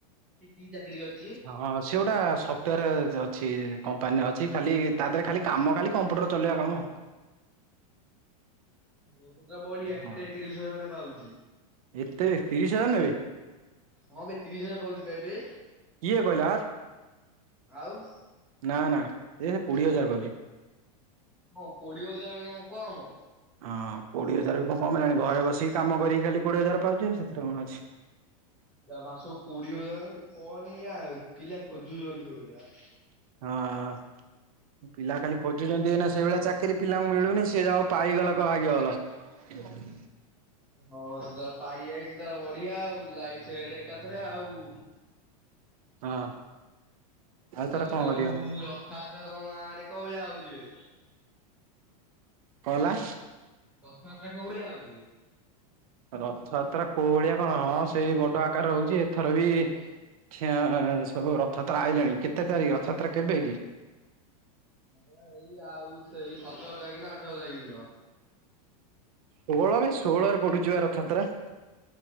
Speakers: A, in the centre; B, on the right (about 65°).
A: ସେ କିଚାକିରି କରିଚି?
B: ହଁ ସେଗୋଟା ସଫ୍ଟୱୋର ଅଛି କମ୍ପାନୀ ଅଛି ଖାଲି ତାଦେହରେ ଖାଲି କାମ ଖାଲି କମ୍ପ୍ୟୁଟର ଚଲେଇବା କାମ।
A: <unintelligible> ବଢିଆ
B: ହଁ
A: କେତେ ତିରିଶି ହଜାରେ ଖଣ୍ଡେ ପାଉଚି।
B: ଏତେ ତିରିଶି ହଜାରେ ନାବେ?
A: ହଁବେ ତିରିଶି ହଜାରେ ପାଉଚିପା ଏବେ
B: କିଏ କହିଲା
A: ଆଉ
B: ନା ନା ଏ କୋଡ଼ିଏ ହଜାରେ ପାଉଚି।
A: କଁ କୋଡ଼ିଏ ହଜାରେ ହେଲାଣିନି କଁ କମ୍।
B: ହଁ କୋଡ଼ିଏ ହଜାରେବି କଣ କମ୍ ହେଲାଣି ଘରେ ବସିକି କାମ କରିକି ଖାଲି କୋଡ଼ିଏ ହଜାରେ ପାଉଚି ଆ ସେଥିରେ କଣ ଅଛି।
A: ମାସକୁ କୋଡ଼ିଏ ହଜାରେ କେତେ କହନି ୟା ପିଲା ଖୋଜୁଚନ୍ତି ସେଇଭଳିଆ।
B: ହଁ। ପିଲା ଖାଲି ଖୋଜୁଚନ୍ତି ଏଇନା ସେଇଭଳିଆ ଚାକିରି ପିଲାଙ୍କୁ ମିଳୁନି ସିଏ ଯାହଉ ପାଇଗଲା କ ଭାଗ୍ୟଭଲ। କଁ କୋଉଥୁଲ?
A: ହଁ ସେତାର ପାଇଯାଇଚି ତାର ବଢିଆ ଆଉ ଲାଇଭ୍ ସେଟ୍ ଏକାଥରେ ଆଉ।
B: ହଁ। ତାର
A: ଆଉ
B: କଣ
A: ଯୋଉ
B: କରିବା
A: ରଥଆତ୍ରା ତମ ଗାଁ ଆଡ଼େ କୋଉ ଭଳିଆ ହୋଉଚିବେ?
B: କଁ ହେଲା?
A: ରଥଯାତ୍ରା କୋଉ ଭଳିଆ ହଉଚି?
B: ରଥଯାତ୍ରା କୋଉ ଭଳିଆ କଣ ହଁ ସେଇ ବଡ଼ ଆକାର ହଉଚି ଏଥରବି ଖିଆ ସବୁ ରଥଯାତ୍ରା ଆଇଲାଣି କେତେ ତାରିଖ ରଥଯାତ୍ରା କେବେକି?
A: ହଁ ଏଇ ଆଉ ସେଇ ସତର ତାରିଖନା ଅଠର ତାରିଖ ଦିନ।
B: ଷୋହଳରେ ଷୋହଳରେ ପଡ଼ୁଚିବା ରଥଯାତ୍ରା।